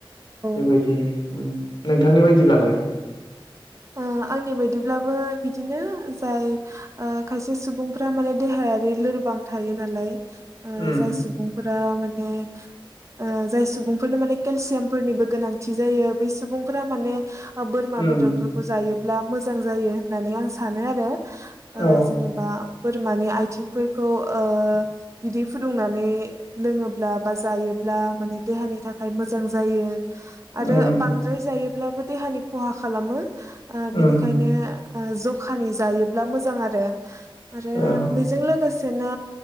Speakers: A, on the left; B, on the right.
A: बेबायदि
B: औ
A: ओम नोंथांनि बायदिब्लालाय?
B: ओ आंनि बायदिब्लाबो बिदिनो । जाय ओ खायसे सुबुं फ्रा माने देहायारि लोरबां थायो नालाय । ओ
A: उम
B: जाय सुबुंफोर फ्रा माने ओ जाय सुबुंफोरनो माने केलसियामफोरनिबो गोनांथि जायो बै सुबुंफोरा माने बा बोरमा
A: उम
B: बेदरफोर खौ जायोब्ला मोजां जायो होन नानै आं सानो आरो ओ
A: औ
B: जेनेबा बोरमानि आथिंफोरखौ ओ बिदै फुदुंनानै लोङोब्ला बा जायोब्ला माने देहानि थाखाय मोजां जायो । आरो
A: उम
B: बांद्राय जायो ब्लाबो देहानि खहा खालामो । ओ बिनिखायनो
A: उम
B: ओ जखानि जायोब्ला मोजां आरो । आरो
A: औ
B: बेजों लोगोसे दाना